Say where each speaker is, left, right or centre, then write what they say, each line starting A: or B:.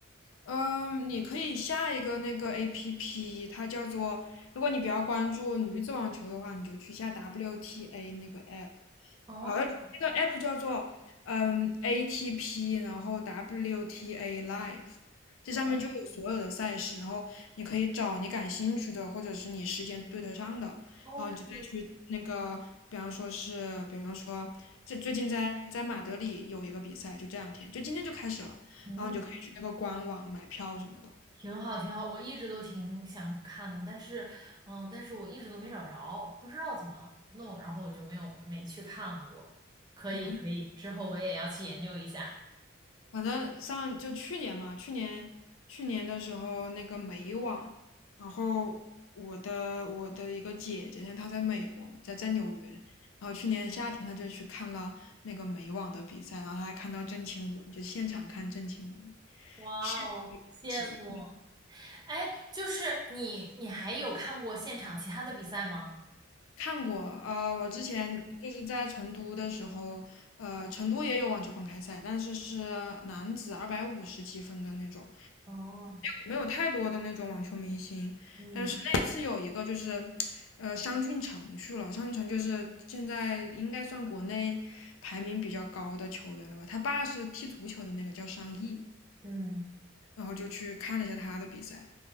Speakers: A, on the left; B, on the right.
A: 嗯，你可以下一个那个 APP，它叫做，如果你比较关注女子网球的话，你就去下 WTA 那个 app。
B: 哦
A: 而这个 app 叫做嗯 ATP，然后 WTA Live，这上面就有所有的赛事，
B: 哦
A: 然后你可以找你感兴趣的，或者是你时间对得上的，
B: ，OK，
A: 然后你就再去那个，比方说是，比方说这最近在在马德里有一个比赛，就这两天，就今天就开始了，
B: 嗯，
A: 然后你就可以去那个官网买票什么的。
B: 挺好，挺好，我一直都挺想看的，但是，嗯，但是我一直都没找着，不知道怎么弄，然后我就没有没去看过。可以，
A: 嗯。
B: 可以，之后我也要去研究一下。
A: 反正上就去年嘛，去年去年的时候那个美网，然后我的我的一个姐姐，她在美国，在在纽约，然后去年夏天她就去看了那个美网的比赛，然后她还看到郑钦文，就现场看郑钦文，
B: 哇哦，
A: 羡慕至极
B: 羡慕！哎，就是你，你还有看过现场其他的比赛吗？
A: 看过，呃，我之前就是在成都的时候，呃，成都也有网球公开赛，但是是男子二百五十积分的那种，
B: 哦，
A: 没有太多的那种网球明星，
B: 嗯
A: 但是那一次有一个就是，呃，商俊成去了。商俊成就是现在应该算国内排名比较高的球员了吧？他爸是踢足球的那个叫商毅，
B: 嗯
A: 然后就去看了一下他的比赛，